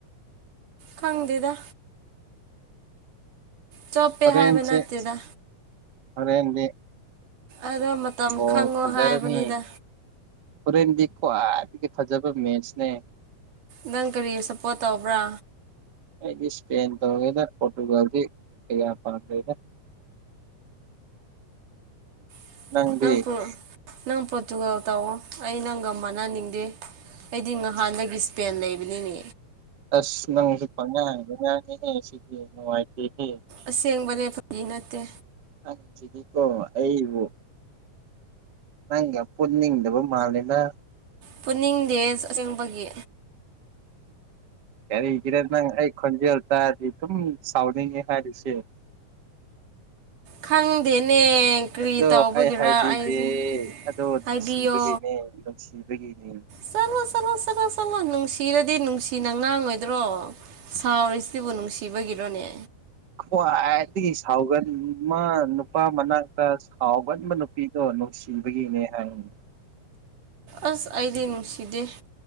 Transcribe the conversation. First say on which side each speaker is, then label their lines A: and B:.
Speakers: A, on the right (about 80°); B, on the right (about 45°).
A: ꯈꯪꯗꯦꯗ ꯆꯞꯄꯦ
B: ꯍꯣꯔꯦꯟꯁꯦ
A: ꯍꯥꯏꯕ ꯅꯠꯇꯦꯗ
B: ꯍꯣꯔꯦꯟꯗꯤ
A: ꯑꯗꯣ ꯃꯇꯝ
B: ꯕꯣꯜ
A: ꯈꯪꯉꯣ
B: ꯐꯖꯔꯅꯤ
A: ꯍꯥꯏꯕꯅꯤꯗ
B: ꯍꯣꯔꯦꯟꯗꯤ ꯈ꯭ꯋꯥꯏꯗꯒꯤ ꯐꯖꯕ ꯃꯦꯁꯅꯦ
A: ꯅꯪ ꯀꯔꯤ ꯁꯞꯄꯣꯔꯠ ꯇꯧꯕ꯭ꯔꯥ
B: ꯑꯩꯗꯤ ꯏꯁꯄꯦꯟ ꯇꯧꯒꯦꯗ ꯄꯣꯔꯇꯨꯒꯜꯗꯤ ꯀꯌꯥ ꯄꯥꯝꯗꯦꯗ
A: <unintelligible>
B: ꯅꯪꯗꯤ
A: ꯅꯪ ꯄꯣꯔꯇꯨꯒꯜ ꯇꯧꯑꯣ ꯑꯩ ꯅꯪꯒ ꯃꯥꯟꯅꯅꯤꯡꯗꯦ ꯑꯩꯗꯤ ꯉꯍꯥꯟꯗꯒꯤꯁ ꯄꯦꯟ ꯂꯩꯕꯅꯤꯅꯦ
B: ꯑꯁ ꯅꯪꯖꯦ ꯄꯪꯉꯥꯡꯗ ꯉꯥꯡꯉꯤꯍꯦ ꯁꯤꯗꯤ ꯅꯨꯡꯉꯥꯏꯇꯦꯍꯦ
A: ꯑꯁꯦꯡꯕꯅꯦ ꯐꯥꯒꯤ ꯅꯠꯇꯦ
B: ꯑꯪꯁꯤꯗꯤ ꯀꯣ ꯑꯩꯕꯨ ꯅꯪꯒ ꯄꯨꯅꯤꯡꯗꯕ ꯃꯥꯂꯦꯗ
A: ꯄꯨꯅꯤꯡꯗꯦ ꯑꯁꯦꯡꯕꯒꯤ
B: ꯀꯔꯤꯒꯤꯔ ꯅꯪ ꯑꯩ ꯈꯣꯟꯖꯦꯜ ꯇꯥꯔꯗꯤ ꯑꯗꯨꯝ ꯁꯥꯎꯅꯤꯡꯉꯦ ꯍꯥꯏꯔꯤꯁꯦ
A: ꯈꯪꯗꯦꯅꯦ ꯀꯔꯤ
B: ꯑꯗꯣ
A: ꯇꯧꯕꯒꯤꯔ
B: ꯑꯩ ꯍꯥꯏꯕꯤꯒꯦ
A: ꯑꯩꯁꯦ
B: ꯑꯗꯣ ꯅꯨꯡꯁꯤꯕꯒꯤꯅꯦ
A: ꯍꯥꯏꯕꯤꯌꯣ
B: ꯅꯨꯡꯁꯤꯕꯒꯤꯅꯦ
A: ꯆꯠꯂꯣ ꯆꯠꯂꯣ ꯆꯠꯂꯣ ꯆꯠꯂꯣ ꯅꯨꯡꯁꯤꯔꯗꯤ ꯅꯨꯡꯁꯤꯅ ꯉꯥꯡꯉꯣꯏꯗ꯭ꯔꯣ ꯁꯥꯎꯔꯤꯁꯤꯕꯨ ꯅꯨꯡꯁꯤꯕꯒꯤꯔꯣꯅꯦ
B: ꯈ꯭ꯋꯥꯏꯗꯒꯤ ꯁꯥꯎꯒꯟ ꯃꯥ ꯅꯨꯄꯥ ꯃꯅꯥꯛꯇ ꯁꯥꯎꯒꯟꯕ ꯅꯨ ꯅꯨꯄꯤꯗꯣ ꯅꯨꯡꯁꯤꯕꯒꯤꯅꯦ ꯍꯥꯢꯕꯅꯦ
A: ꯑꯁ ꯑꯩꯗꯤ ꯅꯨꯡꯁꯤꯗꯦ